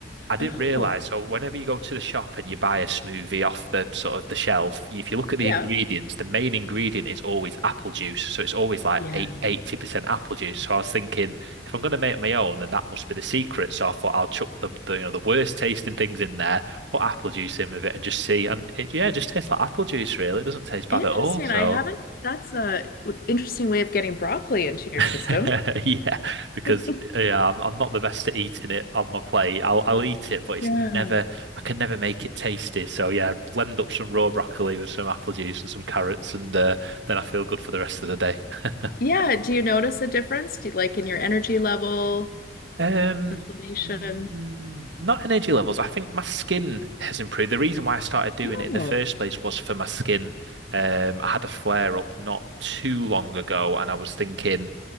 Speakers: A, on the right; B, on the left.
A: I didn't
B: Oh,
A: realize. So whenever you go to the shop and you buy a smoothie off the sort of the shelf, if you look at
B: yeah.
A: the ingredients, the main ingredient is always apple juice. So it's always like
B: Yeah.
A: eight, 80% apple juice. So I was thinking, if I'm going to make my own, then that must be the secret. So I thought I'll chuck the, the you know the worst tasting things in there, put apple juice in with it, and just see. And it, yeah, it just tastes like apple juice, really. It doesn't taste bad
B: Interesting.
A: at all. So.
B: I haven't. That's a w- interesting way of getting broccoli into your
A: <laughs>
B: system.
A: Yeah, because
B: <laughs>
A: yeah, I'm, I'm not the best at eating it on my plate. I'll I'll eat it, but it's
B: Yeah.
A: never I can never make it tasty. So yeah, blend up some raw broccoli with some apple juice and some carrots, and uh, then I feel good for the rest of the day. <laughs>
B: Yeah. Do you notice a difference? Do you, like in your energy level,
A: Um,
B: inflammation?
A: mm, not energy levels. I think my skin has improved. The reason why I started doing
B: Oh,
A: it in the first place was for my skin. Um, I had a flare up not too long ago, and I was thinking,